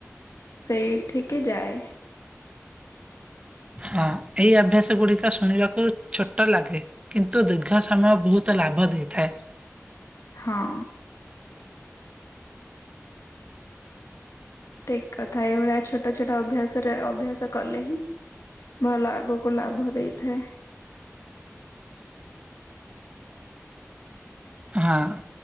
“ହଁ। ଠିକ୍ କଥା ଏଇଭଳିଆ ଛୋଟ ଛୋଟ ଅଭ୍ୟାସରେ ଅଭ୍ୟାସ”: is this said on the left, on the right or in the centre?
Left